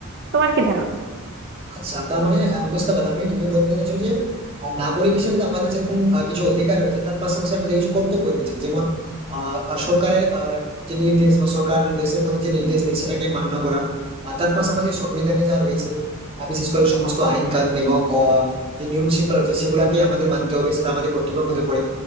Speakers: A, on the right; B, on the right.
A: তোমার কি ধারণা
B: আচ্ছা তার মানে আহ, বুঝতে পারলাম আমি তুমি বলতে চাইছো যে আহ, নাগরিক হিসেবে তো আমাদের যেরকম আহ, কিছু অধিকার রয়েছে তার পাশাপাশি আমাদের কিছু কর্তব্য রয়েছে যেমন আহ, আহ, সরকারের আহ, যে নির্দেশ বা সরকার দেশের প্রতি যে নির্দেশ দেয় সেটাকে মান্য করা আর তার পাশাপাশি সংবিধানে যা রয়েছে আহ, বিশেষ করে সমস্ত আইন কানুন এবং আহ, যে নিয়ম শৃঙ্খলা রয়েছে সেগুলাকে আমাদের মানতে হবে সেটা আমাদের কর্তব্যের মধ্যে পড়ে